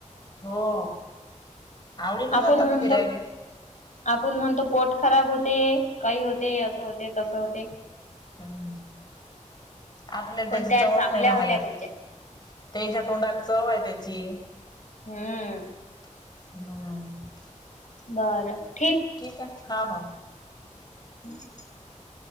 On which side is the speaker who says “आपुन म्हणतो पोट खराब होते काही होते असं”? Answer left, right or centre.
Left